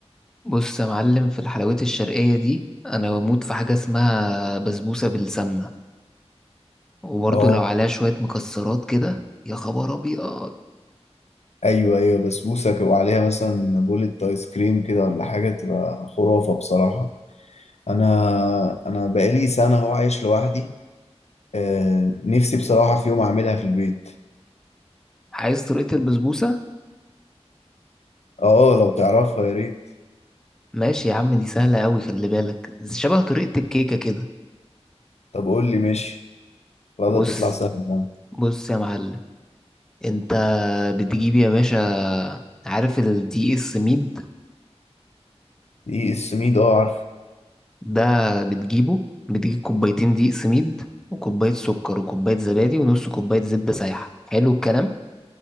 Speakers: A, in the centre; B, on the left (about 75°).
A: بص يا معلم في الحلويات الشرقية دي انا بموت في حاجة اسمها بسبوسة بالسمنة وبرضه
B: اه
A: لو عليها شوية مكسرات كده يا خبر ابيض
B: ايوه ايوه بسبوسة ك- وعليها مثلا بولة ايس كريم كده ولا حاجة تبقى خرافة بصراحة انا انا بقالي سنة هو عايش لوحدي آه، نفسي بصراحة في يوم أعملها في البيت
A: عايز طريقة البسبوسة
B: اه آه، لو تعرفها يا ريت
A: ماشي يا عم دي سهلة قوي خلي بالك شبه طريقة الكيكة كده
B: طب قول لي ماشي والله
A: بص
B: تطلع سهلة بقى
A: بص يا معلم انت بتجيب يا باشا عارف الدي اس ميد
B: دقيق السميد اه عارفه
A: ده بتجيبه بتجيب كوبايتين دقيق سميد وكوباية سكر وكوباية زبادي ونص كوباية زبدة سايحة حلو الكلام